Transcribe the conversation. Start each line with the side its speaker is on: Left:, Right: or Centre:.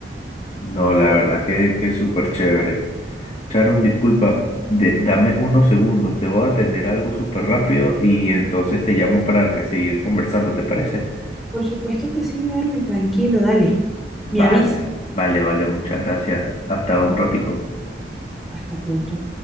Left: No, la verdad que, que es súper chévere. Charun, disculpa, de- dame unos segundos, debo atender algo súper rápido y entonces te llamo para que seguir conversando, ¿te parece?
Centre: Por supuesto que sí, Darwin, tranquilo, dale.
Left: Vale,
Centre: Me avisa.
Left: vale, vale, muchas gracias. Hasta un
Centre: ¿no?
Left: ratico.
Centre: Hasta pronto.